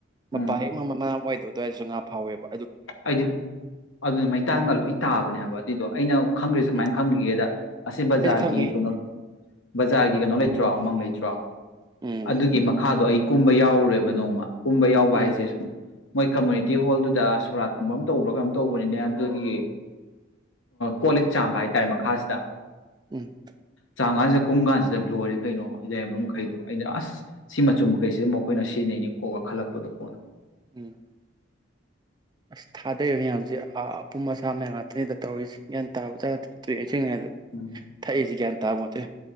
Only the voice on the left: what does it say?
ꯎꯝ
ꯑꯩꯗꯤ ꯑꯗꯨꯗꯤ ꯃꯩꯇꯥꯡꯒ ꯂꯣꯏ ꯇꯥꯕꯅꯦꯕ ꯑꯗꯨꯏꯗꯣ ꯑꯩꯅ ꯈꯪꯗ꯭ꯔꯤꯁꯦ ꯁꯨꯃꯥꯏꯅ
ꯈꯪꯈꯤꯒꯦꯗ ꯑꯁꯤ ꯕꯖꯥꯔꯒꯤ
ꯀꯩꯅꯣ ꯕꯖꯥꯔꯒꯤ ꯀꯩꯅꯣ ꯂꯩꯇ ꯅꯠꯇ꯭ꯔꯥ ꯑꯃꯃꯪ ꯂꯩꯇ꯭ꯔꯥ
ꯑꯗꯨꯒꯤ ꯃꯈꯥꯗꯣ ꯑꯩ ꯀꯨꯝꯕ ꯌꯥꯎꯔꯨꯔꯦꯕ ꯅꯣꯡꯃ ꯀꯨꯝꯕ ꯌꯥꯎꯕ
ꯍꯥꯏꯁꯦ ꯁꯨꯝ ꯃꯣꯏ ꯀꯝꯃꯨꯅꯤꯇꯤ ꯍꯣꯜꯗꯨꯗ ꯁꯣꯔꯥꯠꯀꯨꯝꯕ ꯑꯃ ꯇꯧꯕ꯭ꯔꯥ ꯀꯩꯅꯝ ꯇꯧꯕꯅꯤꯅꯦ ꯑꯗꯨꯒꯤ ꯀꯣ ꯂꯤꯛ ꯆꯥꯝꯕ ꯍꯥꯏꯇꯥꯔꯦ ꯃꯈꯥꯁꯤꯗ
ꯆꯥꯝ ꯀꯥꯟꯁꯤꯗ ꯀꯨꯝ ꯀꯥꯟꯁꯤꯗ ꯂꯣꯏꯔꯦ ꯀꯩꯅꯣ ꯂꯩꯔꯝꯕ ꯃꯈꯩꯗꯣ ꯑꯩꯅ ꯑꯁ ꯁꯤ ꯃꯆꯨꯝ ꯃꯈꯩꯁꯤꯗ ꯑꯃꯨꯛ ꯑꯩꯈꯣꯏꯅ ꯁꯤꯖꯤꯟꯅꯩꯅꯤ ꯀꯣꯛꯒ ꯈꯜꯂꯛꯄꯗꯣ ꯀꯣꯟꯅ
ꯎꯝ